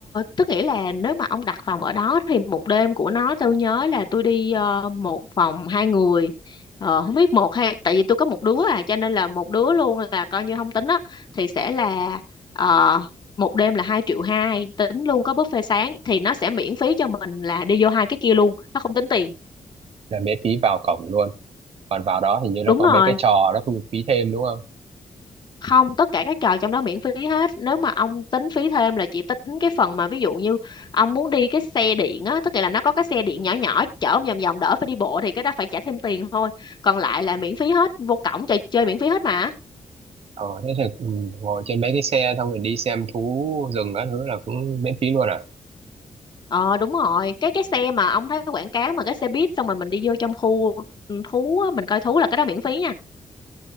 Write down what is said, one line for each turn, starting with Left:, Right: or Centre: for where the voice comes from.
Left: tức nghĩa là nếu mà ông đặt phòng ở đó thì một đêm của nó tôi nhớ là tôi đi ờ, một phòng hai người ờ, không biết một hay tại vì tôi có một đứa à cho nên là một đứa luôn là coi như không tính á thì sẽ là ờ, một đêm là hai triệu hai tính luôn có buffet sáng thì nó sẽ miễn phí cho mình là đi vô hai cái kia luôn nó không tính tiền
Right: là miễn phí vào cổng luôn còn vào đó hình như
Left: đúng
Right: nó có
Left: rồi
Right: mấy cái trò nó thu phí thêm đúng không
Left: không tất cả các trò trong đó miễn phí hết nếu mà ông tính phí thêm là chỉ tính cái phần mà ví dụ như ông muốn đi cái xe điện á tức là nó có cái xe điện nhỏ nhỏ chở ông vòng vòng đỡ phải đi bộ thì cái đó phải trả thêm tiền thôi còn lại là miễn phí hết vô cổng trò chơi miễn phí hết mà
Right: ờ thế thì ừ, ngồi trên mấy cái xe xong rồi đi xem thú rừng các thứ là cũng miễn phí luôn à
Left: ờ đúng rồi cái cái xe mà ông thấy quảng cáo mà cái xe buýt xong rồi mình đi vô trong khu ừ, thú á, mình coi thú là cái đó miễn phí nha